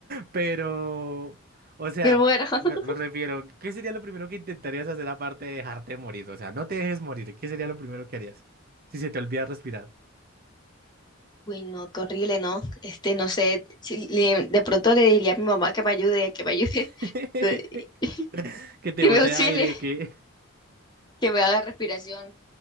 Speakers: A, on the right; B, on the left.
A: Pero, o sea,
B: Me muero. <laughs>
A: me, me refiero, ¿qué sería lo primero que intentarías hacer aparte de dejarte morir? O sea, no te dejes morir, ¿qué sería lo primero que harías? Si se te olvida respirar.
B: Uy, no, qué horrible, ¿no? Este, no sé, si le- de pronto le diría a mi mamá que me ayude, que me ayude,
A: <laughs>
B: <laughs> que
A: Que te bote
B: me auxilie,
A: aire, que...
B: que me haga respiración.